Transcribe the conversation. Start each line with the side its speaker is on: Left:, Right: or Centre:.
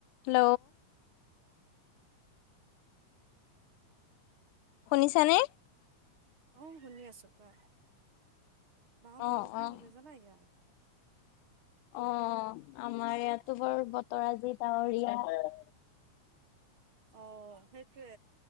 Left: Hello. শুনিছানে?
Right: অ', শুনি আছো কোৱা। বা
Left: অ',
Right: বৰষুণ
Left: অ',
Right: দিলে জানা ইয়াত।
Left: অ', আমাৰ ইয়াতো বাৰু বতৰ আজি ডাৱৰীয়া।
Right: অ', সেইটোৱে।